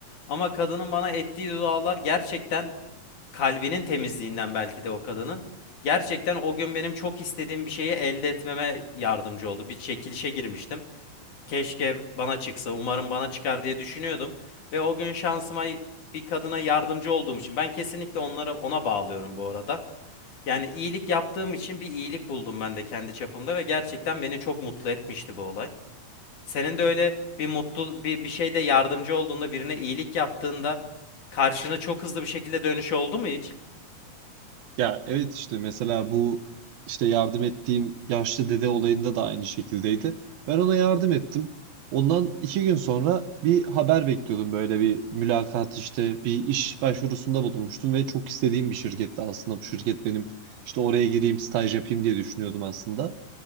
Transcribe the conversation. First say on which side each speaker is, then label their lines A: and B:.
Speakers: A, on the left; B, on the right.
A: Ama kadının bana ettiği dualar gerçekten kalbinin temizliğinden belki de o kadının. Gerçekten o gün benim çok istediğim bir şeyi elde etmeme yardımcı oldu. Bir çekilişe girmiştim. Keşke bana çıksa, umarım bana çıkar diye düşünüyordum. Ve o gün şansıma bir kadına yardımcı olduğum için ben kesinlikle onlara ona bağlıyorum bu arada. Yani iyilik yaptığım için bir iyilik buldum ben de kendi çapımda ve gerçekten beni çok mutlu etmişti bu olay. Senin de öyle bir mutlu bir, bir şeyde yardımcı olduğunda birine iyilik yaptığında karşına çok hızlı bir şekilde dönüş oldu mu hiç?
B: Ya evet işte mesela bu işte yardım ettiğim yaşlı dede olayında da aynı şekildeydi. Ben ona yardım ettim. Ondan iki gün sonra bir haber bekliyordum böyle bir mülakat işte bir iş başvurusunda bulunmuştum ve çok istediğim bir şirketti aslında bu şirket benim işte oraya gireyim staj yapayım diye düşünüyordum aslında.